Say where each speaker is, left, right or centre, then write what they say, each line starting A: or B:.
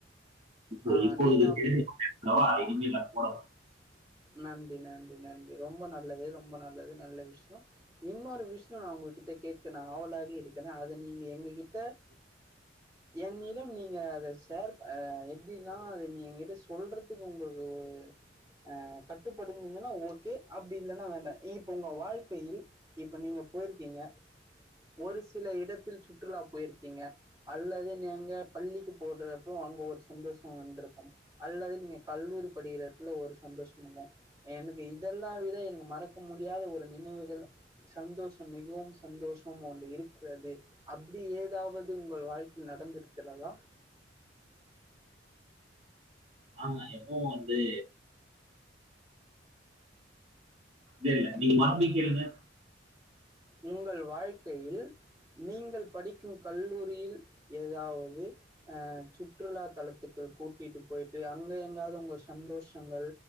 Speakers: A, on the right; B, on the right.
A: இப்போ
B: ஆ
A: இப்போது
B: நீங்க அப்
A: பேசிக் <unintelligible> இல்ல <unintelligible> போடவா
B: நன்றி நன்றி நன்றி ரொம்ப நல்லது ரொம்ப நல்லது நல்ல விஷ்யோ இன்னொரு விஷ்யோ நா உங்ககிட்ட கேட்க நா ஆவளாவே இருக் குற அது நீங்க எங்ககிட்ட என்னிடம் நீங்க அத ஷேர் ப அ எப்டின்னா அத நீ எங்கிட்ட சொல்றதுக்கு உங்களுக்கு உ அ கட்டுப்படுந்திந்துன்னா ஓ கே அப்டி இல்லன்னா வேண்டா இப்ப உங்க வாழ்க்கையில் இப்ப நீங்க போயிருக்கீங்க ஒரு சில இடத்தில் சுற்றுலா போயிருக்கீங்க அல்லது நேங்க பள்ளிக்கு போடுறப்போ அங்க ஒரு சந்தோஷோ வந்துருக்கும் அல்லது நீங்க கல்லூரி படிக்கிறத்துல ஒரு சந்தோஷம் இல்ல எனக்கு இதெல்லா விட எனக்கு மறக்க முடியாத ஒரு நினைவுகள் சந்தோஷம் மிகவும் சந்தோஷம் ஒன்று இருக்கிறது அப்டி ஏதாவது உங்கள் வாழ்க்கையில் நடந்திருக்கிறதா
A: ஆமா எப்பவு வந்து இல்ல இல்ல நீங்க மறுபிடியு கேளுங்க
B: உங்கள் வாழ்க்கையில் நீங்கள் படிக்கும் கல்லூரியில் ஏதாவது அ சுற்றுலா தலத்துக்கு கூட்டிட்டு போயிட்டு அங்க எங்காவது உங்க சந்தோஷங்கள்